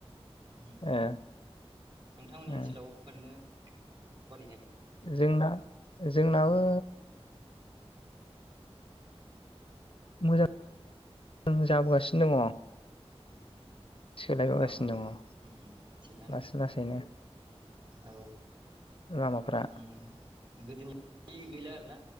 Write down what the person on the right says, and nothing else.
उम।
नोंथांमोननि
ओनसोलाव ओरैनो <inaudible>
औ
उम उम थिगानो
औ
उम गोदोनि <inaudible> गैला आरो ना